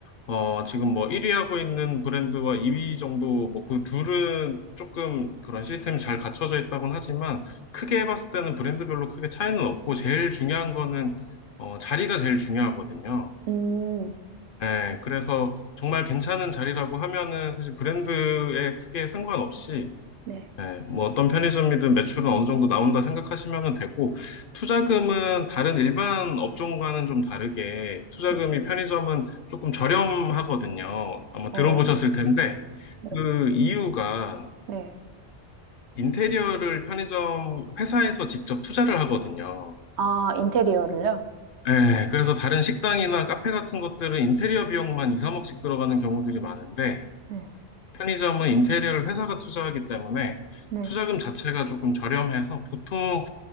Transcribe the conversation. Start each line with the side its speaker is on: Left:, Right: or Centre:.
Left: 어, 지금 뭐 1위 하고 있는 브랜드와 2위 정도, 뭐 그 둘은 조금 그런 시스템이 잘 갖춰져 있다곤 하지만, 크게 해 봤을 때는 브랜드별로 크게 차이는 없고, 제일 중요한 거는, 어, 자리가 제일 중요하거든요.
Right: 음,
Left: 예, 그래서 정말 괜찮은 자리라고 하면은 사실 브랜드에 크게 상관없이
Right: 네,
Left: 네, 뭐 어떤 편의점이든 매출은 어느 정도 나온다 생각하시면 되고, 투자금은 다른 일반 업종과는 좀 다르게, 투자금이
Right: 네,
Left: 편의점은 조금 저렴하거든요. 아마
Right: 어,
Left: 들어보셨을 텐데,
Right: 네.
Left: 그 이유가
Right: 네.
Left: 인테리어를 편의점 회사에서 직접 투자를 하거든요.
Right: 아, 인테리어를요?
Left: 네, 그래서 다른 식당이나 카페 같은 것들은 인테리어 비용만 2, 3억씩 들어가는 경우들이 많은데,
Right: 네.
Left: 편의점은 인테리어를 회사가 투자하기 때문에
Right: 네.
Left: 투자금 자체가 조금 저렴해서 보통